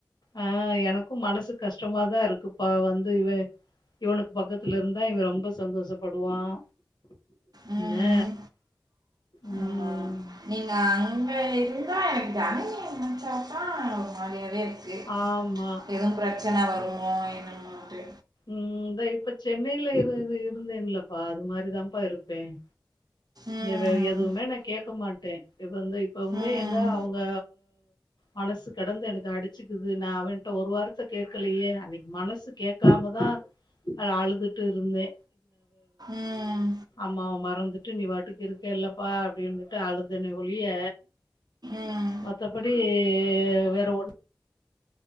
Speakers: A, on the left; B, on the right.
A: ஆஹ் எனக்கு மனசு கஷ்டமாதான் இருக்குப்ப வந்து இவன் இவனுக்கு பக்கத்துல இருந்தா இவன் ரொம்ப சந்தோஷப்படுவான்
B: ம்,
A: என்ன ம்
B: ஆமா நீங்க அங்க இருந்தா எனக்கு தானே நெறையவே இருக்கு
A: ஆமா
B: எதும் பிரச்சனை பிரச்சன வருமோ என்னட்டு
A: ம் த இப்ப சென்னையில இரு இருந்தேன்லப்பா அது மாதிரிதான்ப்பா இருப்பேன்
B: ம்
A: வேற எதுவுமே நான் கேட்க மாட்டே சேரி இப்ப வந்து இப்பவுமே
B: ம்
A: அவங்க மனசு கடந்து எனக்கு அடிச்சுக்குது நா அவனிட்ட ஒரு வார்த்த கேட்கலையே அன்னைக்கு மனசு கேட்காமதா அழுதுட்டு இருந்தே
B: ம்
A: அம்மாவ மறந்துட் நீ வாட்டுக்கு இருக்க இல்லப்பா அப்படின்னுட்டு அழுதுன ஒழிய
B: ம்
A: மத்தபடி ஏ வேற ஒண்ணு